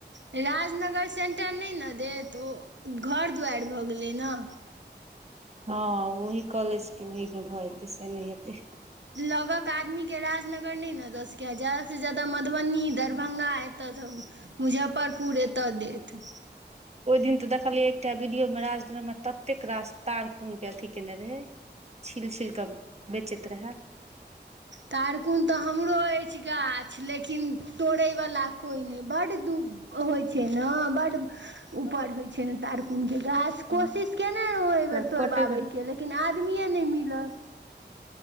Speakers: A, on the right; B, on the right.
A: राजनगर सेन्टर नहि न देत ओ घर दुआरि भऽ गेलै ने
B: हँ ओहि कॉलेज के ओहि मे भऽ जेतै से नहि हेतै
A: लगक आदमी के राजनगर नहि ने दऽ सकैया जादा से जादा मधुबनी
B: हूँ
A: दरभंगा <unintelligible> मुजफ्फरपुर एतऽ देत
B: ओहि दिन तऽ देखलियै एकटा वीडियो में राजनगर मे ततेक रास तार कोन के अथी केने रहै छिल छिल क बेचैत रहे
A: तार कुन तऽ हमरो अय गाछ लेकिन तोड़ै वला कोइ नै बड्ड दुःख होइ छै न बड्ड ऊपर होइ छै ने तारकुन के गाछ
B: हँ
A: कोशिश कयने रहौ एहि
B: ओकरा
A: बेर तोड़बाबैके
B: कटेबै
A: लेकिन आदमीेये नै मिलल